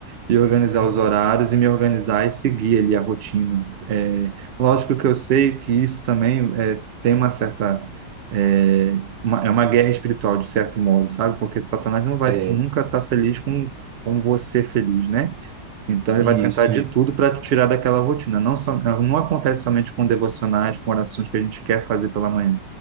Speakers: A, on the right; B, on the right.
A: e organizar
B: É,
A: os
B: mano.
A: horários e me organizar e seguir ali a rotina. É, lógico que eu sei que isso também é, tem uma certa é uma, é uma guerra espiritual, de certo modo, sabe? Porque Satanás não vai
B: É,
A: nunca estar tá feliz com, com você feliz, né? Então, ele
B: isso,
A: vai tentar de
B: isso.
A: tudo para te tirar daquela rotina. Não, só, eh, não acontece somente com devocionais, com orações que a gente quer fazer pela manhã,